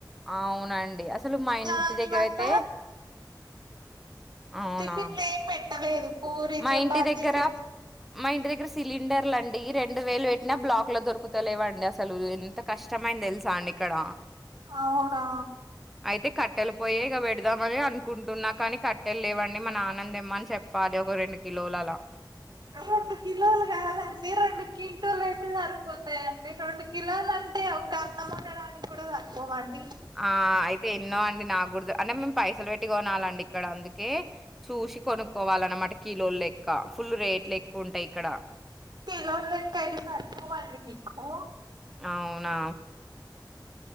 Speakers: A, in the centre; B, on the right (about 65°).
A: అవునండి అసలు మా ఇంటి
B: దాని
A: దగ్గర
B: వల్ల
A: అయితే అవునా
B: టిఫిన్ లేం పెట్ టలేదు పూరి
A: మా
B: చపాతి
A: ఇంటి దగ్గర
B: పెట్
A: మా ఇంటి దగ్గర సిలిండర్లు అండి రెండు వేలు పెట్టినా బ్లాక్ లో దొరుకుతలేవండి అసలు ఎంత కష్టమైంది తెలుసా అండి ఇక్కడ
B: అవునా
A: అయితే కట్టెలు పోయే ఇక పెడదామని అనుకుంటున్నా కానీ కట్టెలు లేవండి మా నాననితెమ్మని చెప్పాలి ఒక రెండు కిలోలలా
B: రెండు కిలోలు కాదండి రెండు క్వింటోలు అయితే సరిపోతాయండి రెండు కిలోలు అంటే ఒక అన్నం ఉండడానికి కూడా సరిపోవండి
A: ఆ అయితే ఎన్నో అండి నాగు అంటే మేము పైసలు పెట్టి కొనాలండి ఇక్కడ అందుకే చూసి కొనుక్కోవాలన్నమాట కిలోలు లెక్క ఫుల్ రేట్లు ఎక్కువ ఉంటాయి ఇక్కడ
B: కిలోలెక్క అయితే సరిపోవండి మీకు
A: అవునా